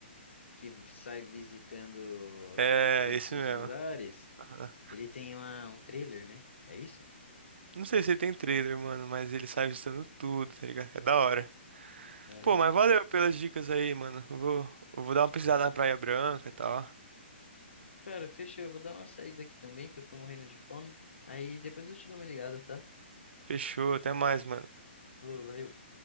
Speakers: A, on the left (about 80°); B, on the right (about 65°).
A: que sai visitando
B: É,
A: todos
B: esse
A: os
B: mesmo.
A: lugares.
B: Ah.
A: Ele tem uma- um trailer, né? É isso?
B: Não sei se ele tem trailer, mano, mas ele sai ajustando tudo, tá ligado? É da hora.
A: Aham.
B: Pô, mas valeu pelas dicas aí, mano. Eu vou, eu vou dar uma pesquisada na Praia Branca e tal.
A: Cara, fechou. Eu vou dar uma saída aqui também, que eu tô morrendo de fome. Aí depois eu te dou uma ligada, tá?
B: Fechou, até mais, mano.
A: Falou, valeu.